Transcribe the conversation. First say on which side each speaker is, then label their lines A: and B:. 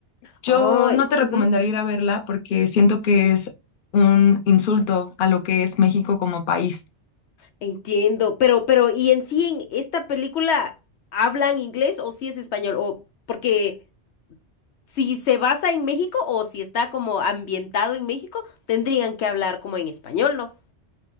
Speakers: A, on the left (about 60°); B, on the left (about 75°).
A: Yo
B: Ay,
A: no te recomendaría
B: ujú,
A: ir a verla porque siento que es un insulto a lo que es México como país.
B: Entiendo. Pero, pero, ¿y en sí en esta película hablan inglés o sí es español? O porque si se basa en México o si está como ambientado en México, tendrían que hablar como en español, ¿no?